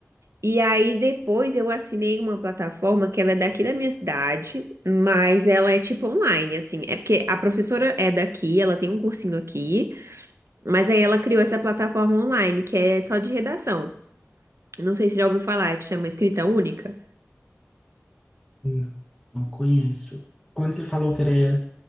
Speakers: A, on the right (about 75°); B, in the centre.
A: E aí depois eu assinei uma plataforma que ela é daqui da minha cidade, mas ela é tipo online, assim. É porque a professora é daqui, ela tem um cursinho aqui, mas aí ela criou essa plataforma online que é só de redação. Não sei se já ouviu falar, é que chama Escrita Única.
B: Não, não conheço. Quando você falou que era